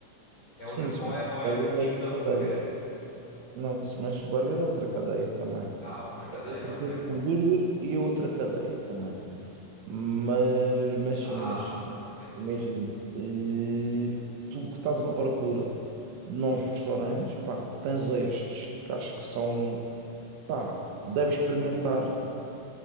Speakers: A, on the left; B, on the right.
A: É
B: Sim,
A: outra,
B: smash
A: ou é, ou é
B: burger
A: um tipo
B: é outra
A: de hambúrguer?
B: cadeia. Não, smash burger é outra cadeia também.
A: Ah, outra cadeia,
B: É outro
A: ok.
B: tipo de hambúrguer e é outra cadeia também. Mas, mas
A: Ah,
B: sim, mas sim.
A: ok,
B: Imagina, eh, tu que estás à procura de novos restaurantes, pá, tens estes que acho que são, pá, deves experimentar